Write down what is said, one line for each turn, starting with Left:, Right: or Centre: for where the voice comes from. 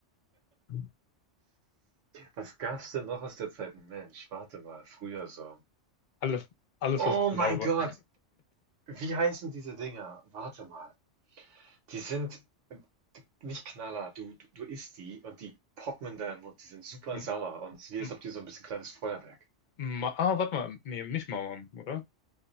Left: <laughs>
Right: Was gab's denn noch aus der Zeit? Mensch, warte mal, früher so.
Left: Alles, alles
Right: Oh
Left: was blau
Right: mein
Left: war.
Right: Gott. Wie heißen diese Dinger? Warte mal. Die sind nicht Knaller. Du, du, du isst die und die poppen in deinen Mund. Die sind super
Left: M-
Right: sauer und es ist wie, als
Left: m-
Right: ob die so ein bisschen kleines Feuerwerk.
Left: Ma ah, warte mal. Nee, nicht Mauern, oder?